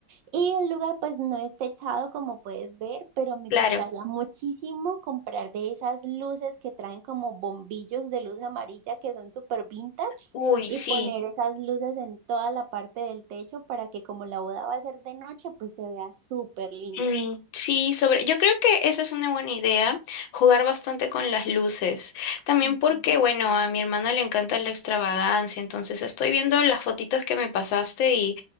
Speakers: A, on the right (about 70°); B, on the left (about 75°).
A: Y el lugar pues no es techado como puedes ver, pero me
B: Claro.
A: gustaría muchísimo comprar de esas luces que traen como bombillos de luz amarilla que son súper vintage
B: Uy,
A: y
B: sí.
A: poner esas luces en toda la parte del techo para que como la boda va a ser de noche pues se vea súper lindo.
B: Mm, Sí, sobre, yo creo que esa es una buena idea, jugar bastante con las luces. También
A: Ujú.
B: porque, bueno, a mi hermana le encanta la extravagancia, entonces estoy viendo las fotitos que me pasaste y